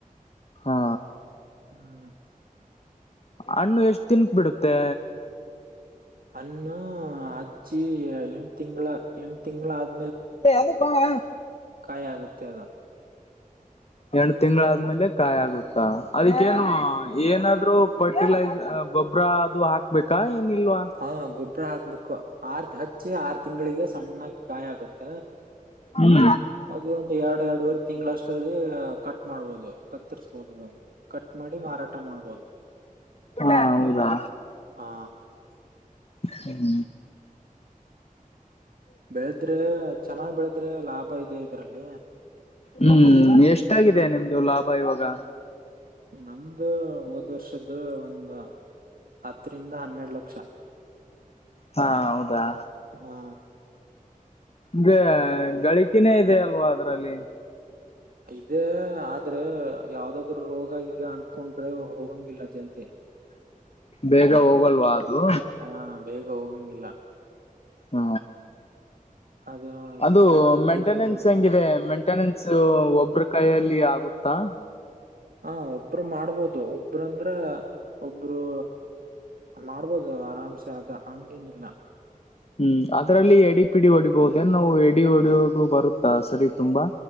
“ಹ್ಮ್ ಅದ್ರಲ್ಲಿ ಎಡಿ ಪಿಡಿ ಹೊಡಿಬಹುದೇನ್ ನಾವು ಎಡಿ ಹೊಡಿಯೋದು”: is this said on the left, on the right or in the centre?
Left